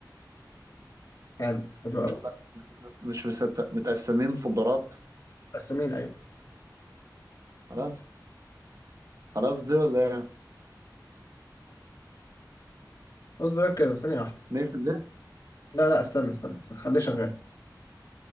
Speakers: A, on the left; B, on the right.
A: حلو حلو
B: ومش
A: أوي
B: مت... مش مش مست... متقسمين فولدرات
A: قسمين أيوة
B: خلاص خلاص دي ولا ايه؟
A: اصبر بقى كده ثانية واحدة
B: نقفل ده؟
A: لا لا استنى استنى, استنى. خليه شغال